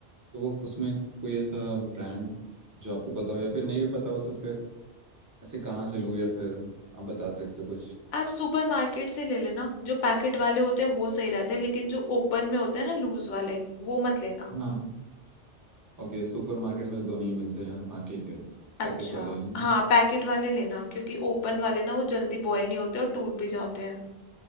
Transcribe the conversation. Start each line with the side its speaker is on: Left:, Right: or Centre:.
Right: तो वो उसमें कोई ऐसा ब्रांड जो आपको पता हो या फिर नहीं भी पता हो तो फिर ऐसे कहाँ से लूँ या फिर आप बता सकते हो कुछ
Left: आप सुपरमार्केट से ले लेना जो पैकेट वाले होते हैं वो सही रहते हैं लेकिन जो ओपन में होते हैं ना लूज वाले वो मत लेना
Right: हाँ ओके सुपर मार्केट में तो दोनों ही मिलते हैं हाँ ठीक है
Left: अच्छा
Right: पैकेट वाले हैं
Left: हाँ पैकेट वाले लेना क्योंकि ओपन वाले ना वो जल्दी बॉयल नहीं होते और टूट भी जाते हैं